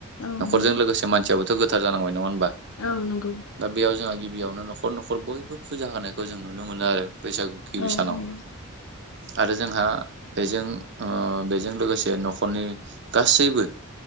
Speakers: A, on the left; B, on the right.
A: औ
B: नखरजों
A: नंगौ
B: लोगोसे मानसियाबोथ गो थार जानांबाय हीनबा।
A: औ नंगौ
B: दा बेयाव जोंहा गिबियावनो नखर नखर बयबो फुजा होनायखौ जों नुनो मोनो आरो बैसागुनि गि
A: औ
B: सानाव।
A: नंगौ
B: आरो जोंहा बेजों ओ बेजों लोगोसे नखरनि गासैबो